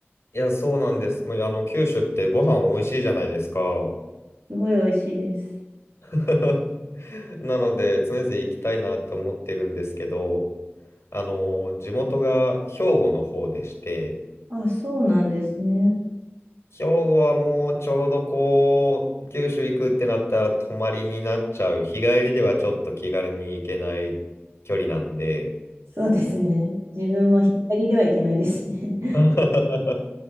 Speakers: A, on the left (about 80°); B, on the right (about 75°).
A: いや、そうなんです。もう、あの、九州ってご飯美味しいじゃないですか。
B: すごい美味しいです。
A: <laughs> なので、常々行きたいなって思ってるんですけど、あの、地元が兵庫の方でして、
B: あ、そうなんですね。
A: 兵庫はもうちょうどこう、九州行くってなったら泊まりになっちゃう。日帰りではちょっと気軽に行けない距離なんで。
B: そうですね。自分も左ではいけないですね。<laughs>
A: <laughs>